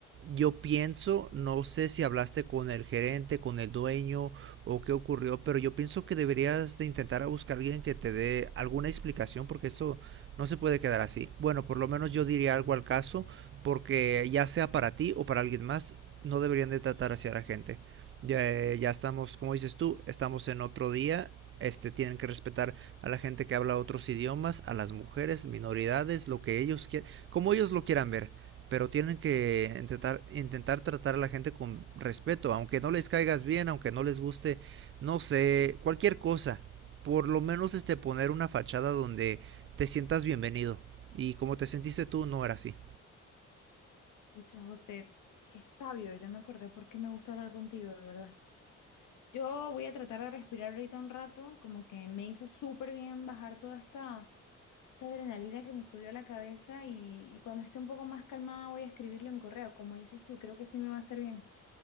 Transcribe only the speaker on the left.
Pucha, José, qué sabio, ya me acordé por qué me gusta hablar contigo, de verdad. Yo voy a tratar de respirar ahorita un rato, como que me hizo súper bien bajar toda esta, esta adrenalina que me subió a la cabeza y, y cuando esté un poco más calmada voy a escribirle un correo, como dices tú, creo que sí me va a hacer bien.